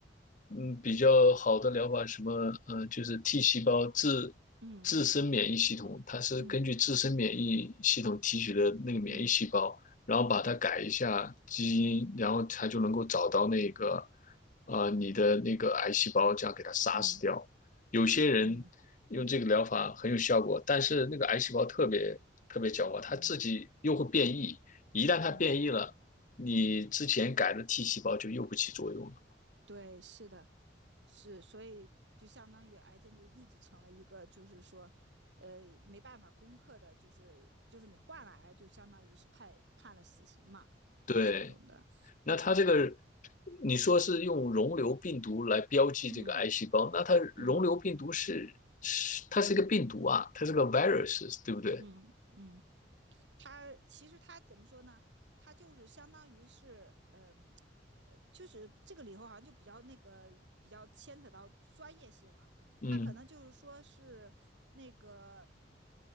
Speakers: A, on the left; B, on the right.
A: 嗯，比较好的疗法，什么，呃，就是 T 细胞自自身免疫系统，
B: 嗯
A: 它是根据自身免疫系统提取的那个免疫细胞，
B: 嗯嗯
A: 然后把它改一下基因，
B: 嗯
A: 然后它就能够找到那个，
B: 嗯
A: 啊你的那个癌细胞，这样给它杀死掉。
B: 嗯
A: 有些人用这个疗法很有效果，
B: 嗯
A: 但是那个癌细胞特别特别狡猾，它自己又会变异。
B: 嗯嗯
A: 一旦它变异了，
B: 嗯。
A: 你之前改的 T 细胞就又不起作用了。
B: 对，是的，是，所以就相当于癌症就一直成了一个，就是说，呃，没办法攻克的，就是就是你患了癌，就相当于是判判了死刑嘛，
A: 对，
B: 就是这种的。
A: 那它这个
B: 是，
A: 你说是用溶瘤病毒来标记这个癌细胞，
B: 嗯
A: 那它溶瘤病毒是是它是一个病毒啊，
B: 嗯
A: 它是个 virus，对不对？
B: 嗯嗯，他其实他怎么说呢？他就是相当于是，嗯、呃，就是这个里头好像就比较那个比较牵扯到专业性了。
A: 嗯，
B: 他可能就是说是那个